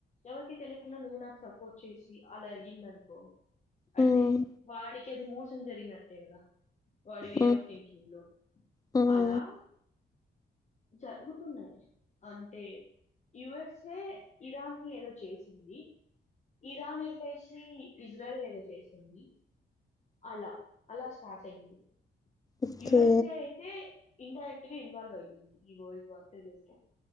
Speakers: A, on the left (about 35°); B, on the left (about 20°).
A: ఎవరికి తెలియకుండా నువ్వు నాకు సపోర్ట్ చేసి అలా అయింది అనుకో అంటే
B: హ్మ్.
A: వాడికి అది మోసం జరిగినట్టే కదా వాడి వే
B: హ్మ్.
A: ఆఫ్ థింకింగ్ లో
B: హ్మ్.
A: అలా జగుతున్నా అంటే యుఎస్ఏ ఇరాన్ ని ఏదో చేసింది ఇరాన్ వెళ్ళసి ఇజ్రాయల్ ఎదో చేసింది అలా అలా స్టార్ట్ అయింది
B: ఓకే.
A: యూఎస్ఏ అయితే ఇన్ డైరెక్ట్ గా ఇన్వాల్వ్ అయ్యింది ఈ వరల్డ్ వార్ కి రిలేటెడ్